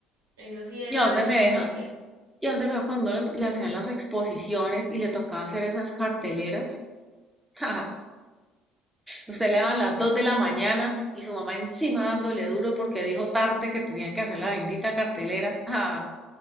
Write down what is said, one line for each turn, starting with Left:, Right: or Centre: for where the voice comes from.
Right: Eso sí era
Centre: ¿Y a dónde
Right: lo
Centre: me deja?
Right: peor que...
Centre: ¿Y a dónde me va cuando le, to- le hacían las exposiciones y le tocaba hacer esas carteleras? <laughs> Ja, Usted le daban las 2 de la mañana y su mamá encima dándole duro porque dijo tarde que tenía que hacer la bendita cartelera. Ah,